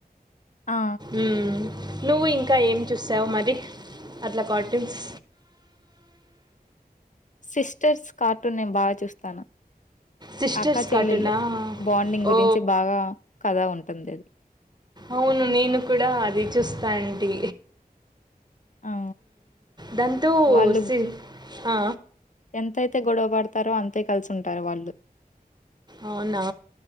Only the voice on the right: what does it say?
మ్ నువ్వు ఇంకా ఏం చూసావు మరి అట్లా కార్ట్యూన్స్
సిస్టర్స్
కార్టూనా
ఓ
అవును నేను కూడా అది చూస్తా అడి
దాంతో
సిల్ ఆ
అవునా